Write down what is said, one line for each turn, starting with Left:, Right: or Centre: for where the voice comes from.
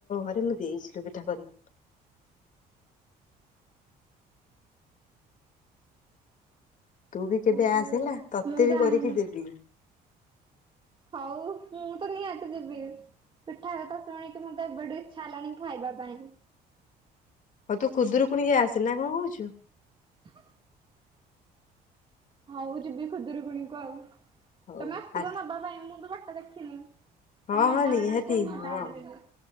Left: ଘରେ ମୁଁ ଦେଇଥିଲି ପିଠା କରିକି। ତୁ ବି କେବେ
Right: ଓହୋ
Left: ଆସେନା ତତେ
Right: ମୁଁ ଜାଣିନି
Left: ବି କରିକି ଦେବି।
Right: ହଉ ମୁଁ ତ ନିହାତି ଯିବି। ପିଠା କଥା ଶୁଣିକି ମତେ ବଡି ଇଚ୍ଛା ହେଲାଣି ଖାଇବା ପାଇଁ।
Left: ହଉ ତୁ ଖୁଦୁରୁକୁଣୀ କୁୁି ଆସେ ନା କଣ କହୁଛୁ।
Right: ହ। ହଉ ଯିବି ଖୁଦରୁକୁଣୀକୁ ଆଉ
Left: ହଉ
Right: ତମେ ଆସିବ
Left: ଆ
Right: ନ ବାବା। ଏ ମୁଁ ତ ବାଟା ଦେଖିନି।
Left: ହଁ
Right: ତମେ
Left: ହଁ
Right: ଅଧା
Left: ନିହାତି
Right: ବାଟ ଆସିବା ମୁଁ
Left: ହଁ
Right: ଅଧା ବାଟ ଯିବି।